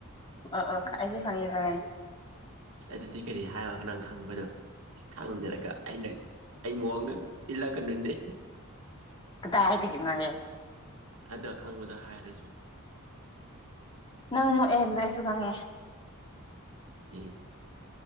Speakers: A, on the left; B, on the right.
A: ꯑꯣ ꯑꯣ ꯑꯩꯁꯨ ꯈꯪꯉꯤ ꯈꯪꯉꯦ
B: ꯢꯁ ꯑꯗꯨꯗꯤ ꯀꯔꯤ ꯍꯥꯏꯌꯣ ꯅꯪ ꯈꯪꯕꯗꯣ ꯈꯪꯗ꯭ꯔꯒ ꯑꯩꯅ ꯑꯩꯉꯣꯟꯗ ꯏꯜꯂꯛꯀꯅꯨꯅꯦ
A: ꯀꯗꯥꯢꯗꯒꯤꯅꯣꯍꯦ
B: ꯑꯗꯣ ꯈꯪꯕꯗꯣ ꯍꯥꯏꯔꯁꯤ
A: ꯅꯪ ꯅꯣꯛꯑꯦ ꯍꯥꯏꯕꯗꯣ ꯑꯩꯁꯨ ꯈꯪꯉꯦ
B: ꯢ